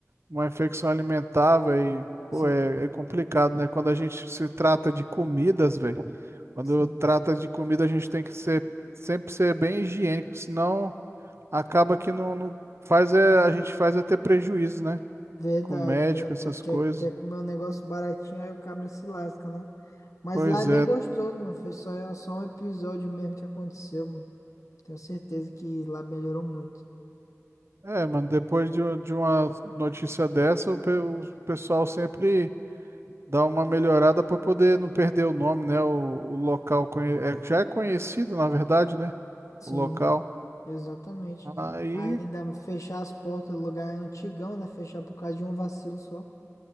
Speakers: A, on the right (about 55°); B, on the left (about 75°).
A: uma infecção alimentar, velho. Pô,
B: Sim,
A: é, é complicado, né? Quando a gente se trata de comidas, velho. Quando
B: sim.
A: trata de comida, a gente tem que ser sempre ser bem higiênico, senão acaba que não, não faz é, a gente faz é ter prejuízo, né?
B: Verdade,
A: Com médico,
B: verdade.
A: essas
B: Quer,
A: coisas.
B: quer comer um negócio baratinho, aí o cabra se lasca, né? Mas
A: Pois
B: lá é bem
A: é.
B: gostoso, mano. Foi só, só um episódio mesmo que aconteceu, mano. Tenho certeza que lá melhorou muito.
A: É, mano, depois de, um- de uma notícia dessa, o pe- o pessoal sempre Dar uma melhorada para poder não perder o nome, né? O, o local conhe- é- já é conhecido, na verdade, né?
B: Sim,
A: O local.
B: exatamente.
A: Aí,
B: Aí Ainda fechar as portas do lugar é antigão, né? Fechar por causa de um vacilo só.